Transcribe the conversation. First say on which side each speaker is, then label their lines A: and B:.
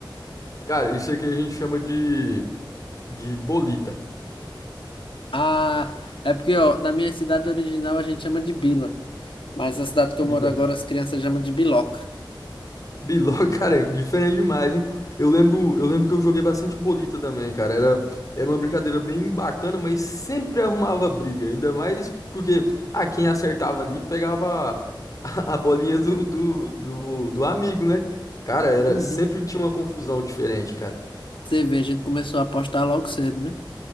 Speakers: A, on the left (about 45°); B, on the left (about 85°).
A: Cara, isso aqui a gente chama de, de bolita.
B: Ah, é porque, ó, na minha cidade original a gente chama de bila. Mas na cidade que
A: Bila.
B: eu moro agora, as crianças chamam de biloca.
A: Biló, <laughs> cara, é diferente demais, hein? Eu lembro, eu lembro que eu joguei bastante bolita também, cara. Era, era uma brincadeira bem bacana, mas sempre arrumava briga. Ainda mais porque, ah, quem acertava ali pegava a, <laughs> a bolinha do, do, do, do amigo, né? Cara, era,
B: Uhum.
A: sempre tinha uma confusão diferente, cara.
B: Você vê, a gente começou a apostar logo cedo, né?